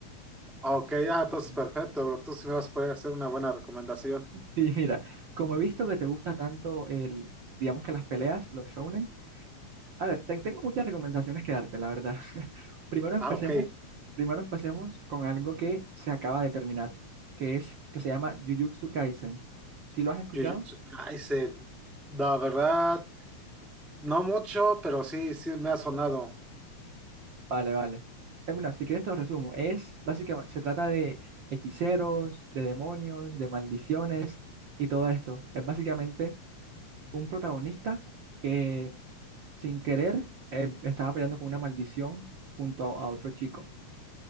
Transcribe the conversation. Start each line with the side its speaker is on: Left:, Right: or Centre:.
Centre: Ah, Ok, ah, entonces
Right: Mm.
Centre: perfecto, bro. Tú sí me vas a poder hacer una buena recomendación.
Right: Sí, mira, como he visto que te gusta tanto el, digamos que las peleas, los shounen, a ver, te- tengo muchas recomendaciones que darte, la verdad. <laughs> Primero empecemos,
Centre: Ah, ok.
Right: primero empecemos con algo que se acaba de terminar, que es, que se llama Jujutsu Kaisen. ¿Sí lo has escuchado?
Centre: Jujutsu Kaisen. La verdad, no mucho, pero sí, sí me ha sonado.
Right: Vale, vale. Eh, mira, si quieres te lo resumo. Es básicamente, se trata de hechiceros, de demonios, de maldiciones y todo esto. Es básicamente un protagonista que sin querer eh, estaba peleando con una maldición junto a, a otro chico,